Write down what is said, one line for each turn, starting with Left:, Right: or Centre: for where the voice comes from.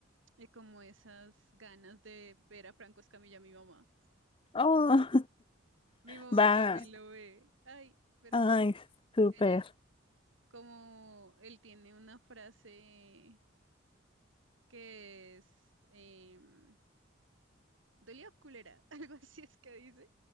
Right: eh, como esas ganas de ver a Franco Escamilla, mi mamá.
Left: Oh,
Right: Mi mamá
Left: <laughs> va.
Right: también lo ve. Ay, pero
Left: Ay,
Right: ella,
Left: súper.
Right: ella, como él tiene una frase que es em, dolió culera, <laughs> algo así es que dice.